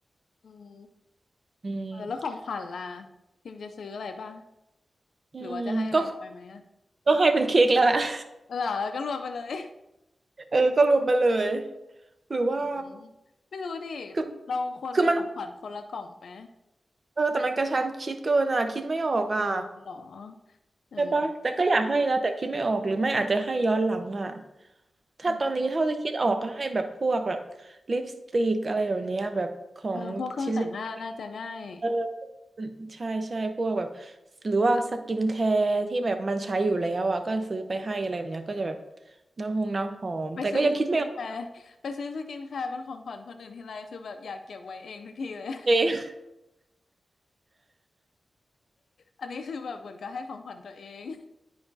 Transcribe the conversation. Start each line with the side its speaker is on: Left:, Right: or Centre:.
Left: อืม
Right: อืม
Left: เออแล้วของขวัญล่ะพิมจะซื้ออะไรป่ะ
Right: อืมก็
Left: หรือว่าจะให้อะไรพลอยไหมอะ
Right: ก็ให้เป็นเค้กแล้วล่ะ <laughs>
Left: เหรอก็รวมไปเลย
Right: เออก็รวมไปเลยหรือว่า
Left: <laughs> อืม <laughs> ไม่รู้ดิ
Right: คือ
Left: เราควรมีของขวัญคนละกล่องไหม
Right: คือมันเออแต่มันกระชั้นชิดเกินอ่ะคิดไม่ออกอ่ะ
Left: เออเหรออืม
Right: ใช่ปะแต่ก็อยากให้นะแต่คิดไม่ออกหรือไม่อาจจะให้ย้อนหลังอ่ะ ถ้าตอนนี้เท่าที่คิดออกก็ให้แบบพวกแบบ
Left: อืม
Right: ลิปสติกอะไรแบบเนี้ยแบบของชิลเล
Left: เออพวกเครื่องแต่งหน้าน่าจะง่าย
Right: เออใช่ใช่พวกแบบหรือว่าสกินแคร์ที่แบบมันใช้อยู่แล้วอ่ะก็ซื้อไปให้อะไรแบบเนี้ยก็จะแบบน้ำหงน้ำหอมแต่ก็ยังคิดไม่ออก
Left: ไปซื้อสกินแคร์ไปซื้อสกินแคร์เป็นของขวัญคนอื่นทีไรคือแบบอยากเก็บไว้เองทุกทีเลย <laughs>
Right: เอง
Left: อันนี้คือแบบเหมือนกับให้ของขวัญตัวเอง